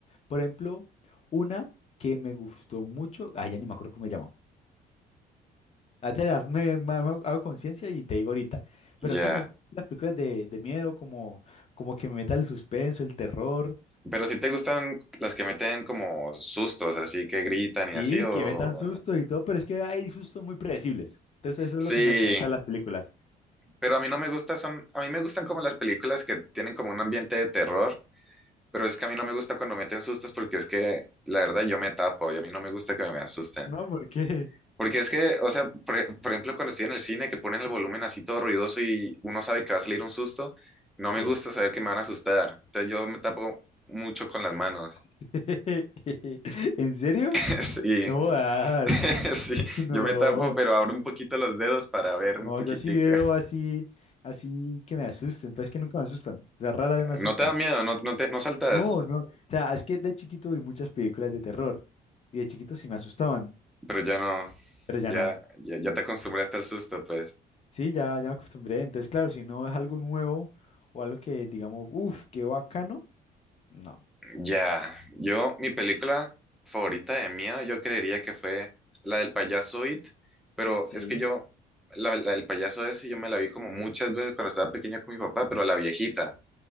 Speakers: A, on the left (about 40°); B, in the centre.
A: Por ejemplo, una que me gustó mucho, ah, ya ni me acuerdo cómo se llama. Ahorita la- me, me- me hago conciencia y te digo ahorita. Pero
B: Ya.
A: sí, me gustan las películas de, de miedo, como, como que me metan el suspenso, el terror,
B: Pero si te gustan las que meten como sustos, así que gritan y
A: y
B: así, o,
A: que metan susto y todo, pero es que hay sustos muy predecibles. Entonces eso
B: Sí,
A: es lo que me desconecta de las películas.
B: pero a mí no me gusta, son, a mí me gustan como las películas que tienen como un ambiente de terror, pero es que a mí no me gusta cuando meten sustos porque es que la verdad yo me tapo y a mí no me gusta que me asusten.
A: No, ¿por qué?
B: Porque es que, o sea, por, e- por ejemplo, cuando estoy en el cine que ponen el volumen así todo ruidoso y uno sabe que va a salir un susto, no
A: Sí.
B: me gusta saber que me van a asustar. Entonces yo me tapo mucho con las manos.
A: <laughs> ¿En serio?
B: <laughs> Sí,
A: No jodas.
B: <laughs> sí,
A: No.
B: yo me tapo, pero abro un poquito los dedos para ver
A: No,
B: un poquitico.
A: yo sí veo así, así que me asusten, pero es que nunca me asustan. O sea, rara vez me asustan.
B: No te da miedo, no, no te, no saltas,
A: No, no. O sea, es que de chiquito vi muchas películas de terror y de chiquito sí me asustaban,
B: pero ya no.
A: pero ya
B: Ya,
A: no.
B: ya, ya te acostumbraste al susto, pues.
A: Sí, ya, ya me acostumbré. Entonces, claro, si no es algo nuevo o algo que digamos, uff, qué bacano, no.
B: Ya, yo, mi película favorita de miedo, yo creería que fue la del payaso It, pero
A: Sí.
B: es que yo, la, la del payaso ese, yo me la vi como muchas veces cuando estaba pequeña con mi papá, pero la viejita,